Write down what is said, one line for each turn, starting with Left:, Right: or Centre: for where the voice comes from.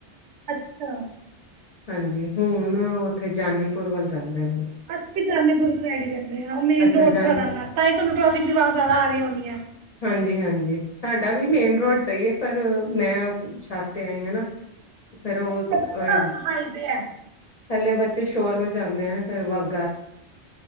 Right: ਅੱਛਾ
Left: ਹਾਂਜੀ ਹੁਣ ਉੱਥੇ ਜਾਨੀਪੁਰ ਵੱਲ ਰਹਿੰਦੇ ਨੇ
Right: ਅਸੀਂ ਵੀ ਜਾਨੀਪੁਰ ਸਾਈਡ ਹੀ ਰਹਿਣੇ ਮੇਨ
Left: ਅੱਛਾ
Right: ਰੋਡ
Left: ਜਾਨੀ
Right: ਤੇ ਸਾਡਾ ਘਰ, ਤਾਂ ਹੀ ਤੁਹਾਨੂੰ ਟੈਫਿਕ ਆਵਾਜ਼ ਜ਼ਿਆਦਾ ਆ ਰਹੀ ਹੋਣੀ ਏ।
Left: ਹਾਂਜੀ ਹਾਂਜੀ ਸਾਡਾ ਵੀ ਮੇਨ ਰੋਡ ਤੇ ਹੀ ਏ ਪਰ ਮੈਂ ਛੱਤ ਤੇ ਆਈ ਹਾਂ ਨਾ ਫਿਰ ਉਹ ਅਹ
Right: ਸਾਡਾ ਨਾ ਹਾਈਵੇ ਹੈ
Left: ਥਲੇ ਬੱਚੇ ਸ਼ੋਰ ਮਚਾਉਂਦੇ ਆ ਹਨ ਨਾ ਫੇਰ ਵੱਲ